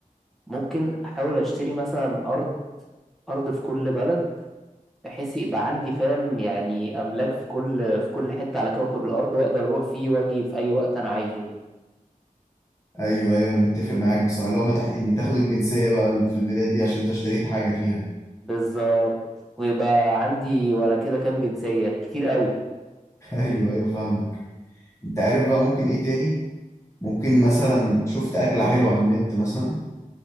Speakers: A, in the centre; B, on the left.
A: ممكن احاول اشتري مثلا ارض ارض في كل بلد بحيث يبقى عندي فاهم يعني املاك في كل في كل حته على كوكب الارض واقدر اروح فيه واجي في اي وقت انا عايزه
B: ايوه ايوه انا متفق معاك بصراحه لو ما تحقني تاخد الجنسيه بقى في البلاد دي عشان انت اشتريت حاجه فيها
A: بالظبط ويبقى عندي ولا كده كام جنسيه كتير قوي
B: <laughs> ايوه ايوه فاهمك انت عارف بقى ممكن ايه تاني ممكن مثلا شفت اكله حلوه على النت مثلا